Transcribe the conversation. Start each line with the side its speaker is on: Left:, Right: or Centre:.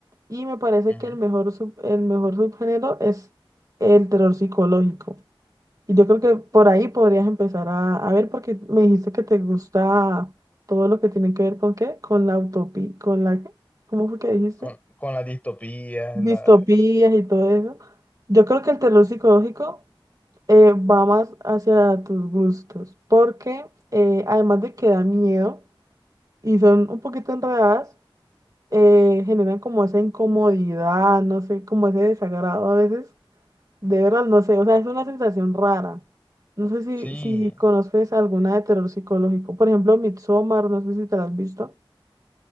Right: Y me parece
Left: Ujú.
Right: que el mejor sub- el mejor subgénero es el terror psicológico. Y yo creo que por ahí podrías empezar a, a ver, porque me dijiste que te gusta todo lo que tiene que ver con qué, con la utopía, con la, ¿cómo fue que dijiste?
Left: Con, con las distopías,
Right: distopías
Left: la...
Right: y todo eso. Yo creo que el terror psicológico eh, va más hacia tus gustos, porque eh, además de que da miedo y son un poquito enredadas, eh, generan como esa incomodidad, no sé, como ese desagrado a veces, de verdad, no sé, o sea, es una sensación rara. No sé si,
Left: Sí,
Right: si conoces alguna de terror psicológico, por ejemplo, Midsommar, no sé si te la has visto.